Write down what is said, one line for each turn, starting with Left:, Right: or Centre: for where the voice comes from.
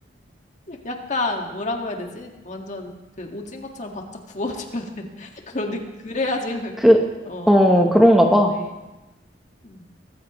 Left: 약간 뭐라고 해야 되지? 완전 그 오징어처럼 바짝 구워줘야 되는 <laughs> 그런 느 그래야지 그-
Centre: 그,
Left: 어
Centre: 어,
Left: 그런
Centre: 그런가
Left: 느낌인가
Centre: 봐.
Left: 보네. 음.